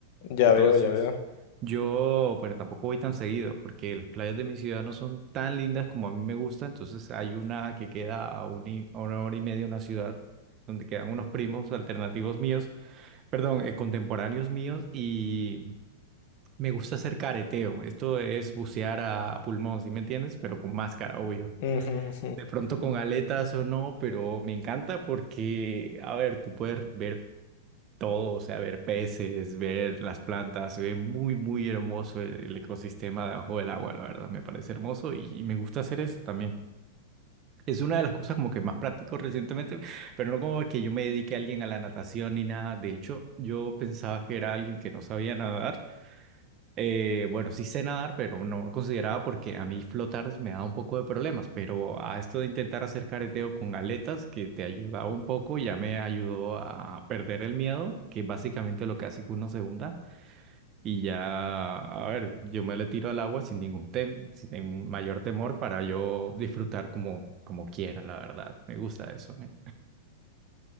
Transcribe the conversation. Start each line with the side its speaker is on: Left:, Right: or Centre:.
Left: Ya
Right: Entonces,
Left: veo, ya veo.
Right: yo, bueno, tampoco voy tan seguido porque las playas de mi ciudad no son tan lindas como a mí me gusta. Entonces, hay una que queda a una, y- a una hora y media de una ciudad donde quedan unos primos alternativos míos, perdón, eh, contemporáneos míos y me gusta hacer careteo. Esto es bucear a, a pulmón, ¿sí me entiendes? Pero con máscara, obvio.
Left: Ujú, ujú.
Right: De pronto con aletas o no, pero me encanta porque, a ver, tú puedes ver todo, o sea, ver peces, ver las plantas, se ve muy, muy hermoso el, el ecosistema debajo del agua, la verdad, me parece hermoso y, y me gusta hacer eso también. Es una de las cosas como que más practico recientemente, pero no como que yo me dedique a alguien a la natación ni nada. De hecho, yo pensaba que era alguien que no sabía nadar eh, bueno, sí sé nadar, pero no consideraba porque a mí flotar me da un poco de problemas, pero a esto de intentar hacer careteo con aletas, que te ayudaba un poco, ya me ayudó a perder el miedo, que es básicamente lo que hace que uno se hunda, y ya, a ver, yo me le tiro al agua sin ningún tem, sin ningún mayor temor para yo disfrutar como, como quiera, la verdad, me gusta eso, ¿eh?